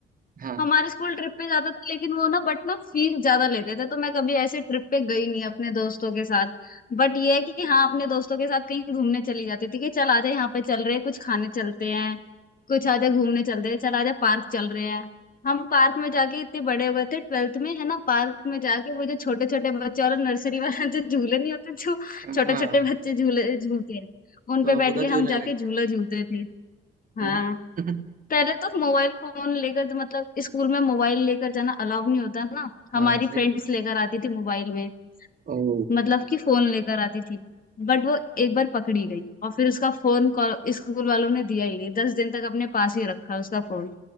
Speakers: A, on the right; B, on the left.
A: हाँ
B: हमारे स्कूल ट्रिप पे जाता था लेकिन वो ना बट ना फीस ज्यादा लेते थे तो मैं कभी ऐसे ट्रिप पे गई नहीं अपने दोस्तों के साथ बट ये है कि हाँ अपने दोस्तों के साथ कहीं घूमने चली जाती थी कि चल आजा यहाँ पे चल रहे हैं, कुछ खाने चलते हैं कुछ आजा घूमने चलते हैं चल आजा पार्क चल रहे हैं हम पार्क में जाके इतने बड़े हो गए थे ट्वेल्थ में है ना पार्क में जाके वो जो छोटे छोटे बच्चे और नर्सरी वाला जो झूले नहीं होते जो
A: हाँ
B: छोटे छोटे बच्चे झूले झूलते हैं उन
A: तो
B: पे बैठ
A: आप उधर
B: के
A: झूलने
B: हम जाके
A: लग
B: झूला
A: गए
B: झूलते थे हाँ
A: अरे <laughs>
B: पहले तो मोबाइल फोन लेकर तो मतलब स्कूल में मोबाइल लेकर जाना अलाउ नहीं होता ना
A: हाँ
B: हमारी
A: सही
B: फ्रेंड्स लेकर आती थी मोबाइल में
A: ओ
B: मतलब कि फोन लेकर आती थी बट वो एक बार पकड़ी गई और फिर उसका फोन कॉल स्कूल वालों ने दिया ही नहीं दस दिन तक अपने पास ही रखा उसका फोन